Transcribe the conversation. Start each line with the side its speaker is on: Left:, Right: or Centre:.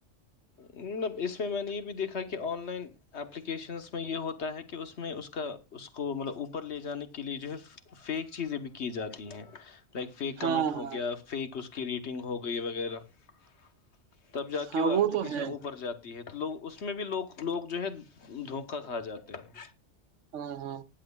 Left: مطلب اس میں نے یہ بھی دیکھا کہ آن لائن اپلیکیشنس میں یہ ہوتا ہے کہ اس میں اس کا اس کو مطلب اوپر لے جانے کے لے جو ہے فیک چیزیں بھی کی جاتی ہیں لائک فیک کمنٹ
Right: ہاں
Left: ہو
Right: ہاں
Left: گیا فیک اس کو کی ریٹنگ ہو گئی ہےس <unintelligible> تب جا
Right: ہاں
Left: کے ہو
Right: وہ تو
Left: کچن
Right: ہے
Left: اوپر جات ہے تو لوگ اس میں بھی لوگ لوگ جو ہے دھوکہ کھا جاتے ہیں
Right: ہاں ہاں